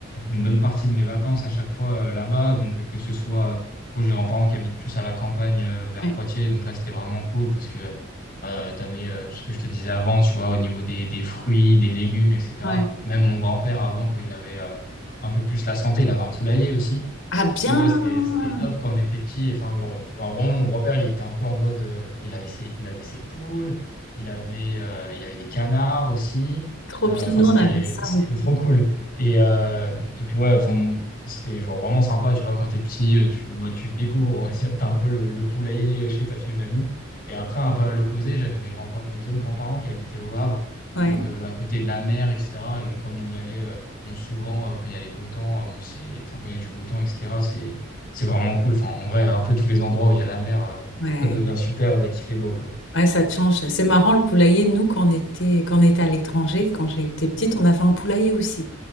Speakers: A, on the left; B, on the left.
A: c'est une bonne partie de mes vacances à chaque fois euh, là-bas. Donc, euh, que ce soit, bon, j'ai des grands-parents qui habitent plus à la campagne euh, vers
B: ouais,
A: Poitiers. Donc là, c'était vraiment cool parce que euh, tu avais tout ce que je te disais avant, tu vois, au niveau des, des fruits, des légumes, etc.
B: ouais.
A: Même mon grand-père, avant, quand il avait euh, un peu plus la santé, il avait un poulailler aussi.
B: Ah bien!
A: Ça, tu vois, c'était c'était top quand on était petit. Et, Enfin, genre, enfin, vraiment, mon grand-père, il était un peu en mode. euh, il avait ses, il avait ses poules, il avait, euh, il avait des canards aussi.
B: Trop
A: Euh,
B: bien,
A: Enfin,
B: nous
A: c'était
B: on avait ça
A: c'était
B: aussi.
A: trop cool. Et, euh, et puis, ouais, enfin, c'était genre vraiment sympa, tu vois, quand t'es petit, euh, tu, bah, tu découvres, on va dire, t'as un peu le, le poulailler euh, chez ta fille et mamie. Et après, un peu à l'opposé, j'avais mes grands, mes autres grands-parents qui habitaient au Havre,
B: Ouais,
A: donc euh, à côté de la mer, etc. Et donc, comme on y allait. euh, Bon, souvent, euh, quand il y a les beaux temps, euh, bon, c'est, enfin, quand il y a du beau temps, etc., c'est, c'est vraiment cool. Enfin, en vrai, un peu tous les endroits où il y a la mer, euh,
B: ouais,
A: ça devient super dès qu'il fait beau, quoi.
B: ouais, ça te change. C'est marrant le poulailler. Nous, quand on était, quand on était à l'étranger, quand j'étais petite, on avait un poulailler aussi.